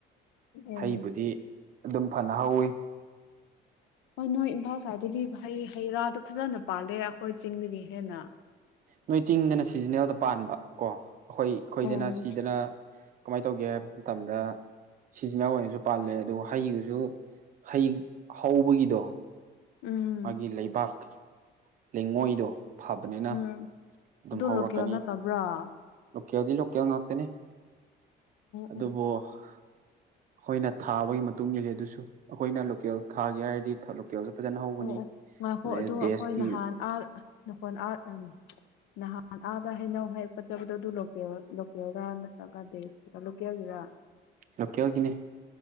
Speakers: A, on the left (about 85°); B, on the right (about 45°).
A: ꯑꯦ
B: ꯍꯩꯕꯨꯗꯤ ꯑꯗꯨꯝ ꯐꯅ ꯍꯧꯋꯤ
A: ꯍꯣꯏ ꯅꯣꯏ ꯏꯝꯐꯥꯜ ꯁꯥꯏꯗꯠꯇꯗꯤꯩ ꯍꯩ ꯔꯥꯗꯣ ꯐꯖꯅ ꯄꯥꯜꯂꯦ ꯑꯩꯈꯣꯏ ꯆꯤꯡꯗꯒꯤ ꯍꯦꯟꯅ
B: ꯅꯣꯏ ꯆꯤꯡꯗꯅ ꯁꯤꯖꯤꯅꯦꯜꯗ ꯄꯥꯟꯕ ꯀꯣ ꯑꯩꯈꯣꯏ ꯈꯈꯣꯏꯗꯅ
A: ꯎꯝ
B: ꯁꯤꯗꯅ ꯀꯃꯥꯏꯅ ꯇꯧꯒꯦ ꯍꯥꯏꯕ ꯃꯇꯝꯗ ꯁꯤꯖꯤꯟꯅ ꯑꯣꯏꯅꯁꯨ ꯄꯥꯜꯂꯦ ꯑꯗꯨꯒ ꯍꯩꯗꯨꯁꯨ ꯍꯩ ꯍꯧꯕꯒꯤꯗꯣ
A: ꯎꯝ
B: ꯃꯥꯒꯤ ꯂꯩꯕꯥꯛ ꯂꯩꯉꯣꯏꯗꯣ ꯐꯕꯅꯤꯅ
A: ꯎꯝ
B: ꯑꯗꯨꯝ
A: ꯑꯗꯨ
B: ꯍꯧꯔꯛꯀꯅꯤ
A: ꯂꯣꯀꯦꯜ ꯅꯠꯇꯕ꯭ꯔꯥ ꯑꯣ
B: ꯂꯨꯀꯎꯖꯤ ꯂꯣꯀꯌꯥ ꯉꯅꯥꯠꯇꯅꯦ ꯑꯗꯨꯕꯨ
A: ꯑꯣ
B: ꯑꯩꯈꯣꯏꯅ ꯊꯥꯕꯒꯤ ꯃꯇꯨꯡ ꯏꯜꯂꯤ ꯑꯗꯨꯁꯨ ꯑꯩꯈꯣꯏꯅ ꯂꯣꯀꯦꯜ ꯊꯥꯒꯦ ꯍꯥꯏꯔꯗꯤ ꯂꯣꯀꯦꯜꯁꯨ ꯐꯖꯅ ꯍꯧꯒꯅꯤ
A: ꯑꯣ ꯑꯣ ꯉꯥꯏꯈꯣ
B: ꯑꯗꯩ
A: ꯑꯣ
B: ꯗꯦꯁꯀꯤ
A: ꯑꯩꯈꯣꯏ ꯅꯍꯥꯟ ꯑꯥ ꯅꯈꯣꯟ ꯑꯥꯔꯑꯅꯤ ꯅꯍꯥꯟ ꯑꯥꯗ ꯍꯩꯅꯧ ꯍꯥꯏꯔꯛꯄꯠꯆꯕꯗꯣ ꯑꯗꯨ ꯂꯣꯦꯜ ꯂꯣꯀꯦꯜꯒ ꯅꯠꯇ꯭ꯔꯒ ꯂꯣꯀꯦꯜꯔ ꯑ
B: ꯂꯣꯀꯦꯜꯒꯤꯅꯦ